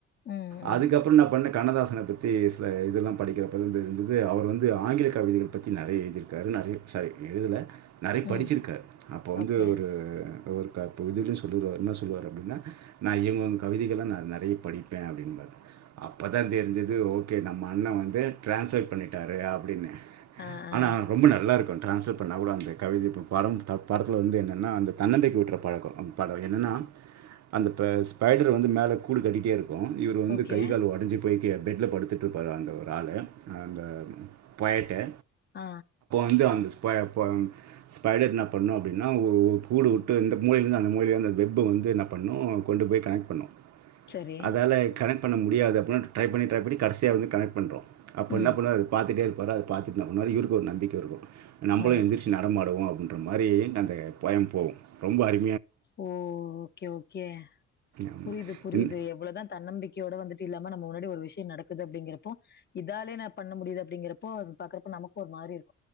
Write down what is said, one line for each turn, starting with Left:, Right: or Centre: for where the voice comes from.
Left: ம், ம்,
Right: அதுக்கப் அப்புறோ என்னா பண்னே கண்ணதாசன பத்தி சில இதெல்லா படிக்கிற பதா தெரிஞ்சது அவர் வந்து ஆங்கில கவிதைகள் பத்தி நெறைய எழுதிருக்காரு நெறைய சாரி எழுதல நறிய படிச்சிருக்கார்
Left: ம்.
Right: அப்போ வந்து
Left: ஓகே.
Right: ஒரு ஒரு ப அப்போ இதுலயே சொல்லிட்ராரு என்னச் சொல்லுவார் அப்டின்னா நா இவங்க கவிதைகள்லா நா நறிய படிப்பே அப்டின்பாரு அப்போதா தெரிஞ்சது ஓகே நம்ம அண்ன வந்து ட்ரான்ஸ்லேட் பண்ணிட்டாரு அப்டின்னு
Left: ஆ, ஆ.
Right: ஆனா ரொம்ப நல் லாருக்கு ட்ரான்ஸ்லேட் பண்ணா கூட அந்த கவிதை இப்ப படம் ஸ்டா படத்துல வந்து என்னென்னா அந்த தன்னம்பிக்கை வூட்ற பழக்கோ படோ என்னன்னா அந்த ப ஸ்பைடர் வந்து மேல கூடு கட்டிட்டே இருக் கு இவர் வந்து
Left: ஓகே.
Right: கை கால் ஒடஞ்சு போயி டு பெட்ல படுத்துட்ருப்பாரு அந்த ஒரு ஆளு அந்த பொயட்டே
Left: அ
Right: ந்து அந்த ஸ்ய ப ஸ்பைடர் என்ன பண்ணு அப்டின்னா உ உ கூடு உட்டு இந்த மூலைலிந்து அந்த மூலைலி வந்து அந்த வெப்ப வந்து என்னா பண்ணு கொண்டு போய் கனெக்ட் பண்ணு
Left: சரி.
Right: அதால கனெட் பண்ண முடியாது அப்னா ட் ட்ரை பண்ணி ட்ரை பண்ணி கடசியா வந்து கனெக்ட் பண்ரு அப்ப
Left: ம்.
Right: என்ன பண்ணுவ அது பாத்துட்டே ப்பற அத பா இந்த மாரி இவுருக்கு ஒரு நம்பிக்க இருக்கு நம்பளு
Left: ஆ.
Right: எந்துருச் நடமா டுவோ அப்டின்ற மாரி அந்த பயம் போவு ரொம்ப அரு
Left: ஓ ஓகே ஓகே
Right: ஆமா.
Left: புரிது புரிது
Right: இந்
Left: எவ்வளதா தன்னம்பிக்கையோட வந்து இல்லாம நம்ப முன்னாடி ஒரு விஷ்ய நடக்குது அப்டிங்கிறப்போ இதாலே நா பண்ண முடிது அப்டிங்கிற ப்போ அது பாக்கறப்ப நமக்கு ஒரு மாரி இரு